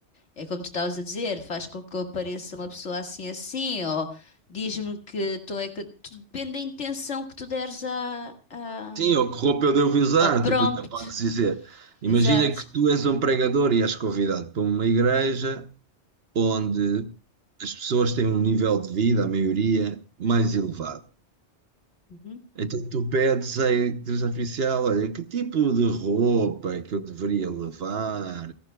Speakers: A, on the left (about 85°); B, on the right (about 60°).
A: É como tu estavas a dizer, faz com que eu pareça uma pessoa assim assim, ou diz-me que tu é que. Tudo depende da intenção que tu deres à, à-
B: Sim, ou que roupa eu devo usar?
A: ao prompt.
B: Tu, por exemplo, podes dizer: imagina
A: Exato.
B: que tu és um pregador e és convidado para uma igreja onde as pessoas têm um nível de vida, a maioria, mais elevado.
A: Uhum.
B: Então tu pedes à igreja oficial: olha, que tipo de roupa é que eu deveria levar?